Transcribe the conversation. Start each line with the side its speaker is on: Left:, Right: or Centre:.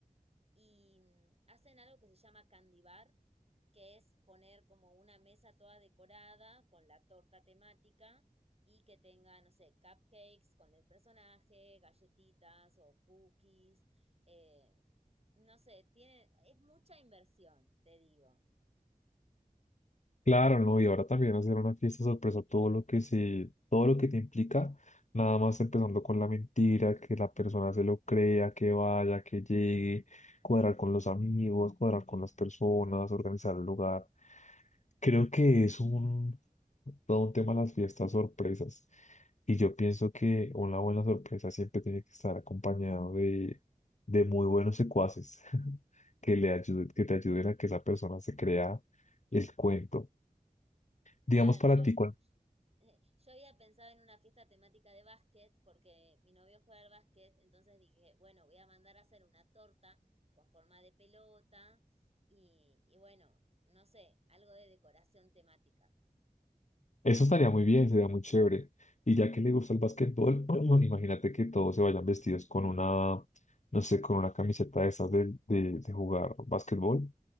Right: y mm, hacen algo que se llama candy bar, que es poner como una mesa toda decorada con la torta temática y que tenga, no sé, cupcakes con el personaje, galletitas o cookies. eh, no sé, tiene, es mucha inversión, te digo.
Left: Claro, no, y ahora también hacer una fiesta sorpresa, todo lo que se, todo lo que te implica, nada más empezando con la mentira, que la persona se lo crea, que vaya, que llegue, cuadrar con los amigos, cuadrar con las personas, organizar el lugar. Creo que es un, todo un tema las fiestas sorpresas. Y yo pienso que una buena sorpresa siempre tiene que estar acompañado de, de muy buenos secuaces <laughs> que le ayuden, que te ayuden a que esa persona se crea el cuento
Right: Claro,
Left: digamos para
Right: yo,
Left: ti, ¿cuál?
Right: eh, yo había pensado en una fiesta temática de básquet porque mi novio juega al básquet, entonces dije, bueno, voy a mandar a hacer una torta con forma de pelota y, y bueno, no sé, algo de decoración temática.
Left: Eso estaría muy bien, sería muy chévere. Y ya que le gusta el básquetbol, <clears throat> imagínate que todos se vayan vestidos con una, no sé, con una camiseta de esas de, de, de jugar básquetbol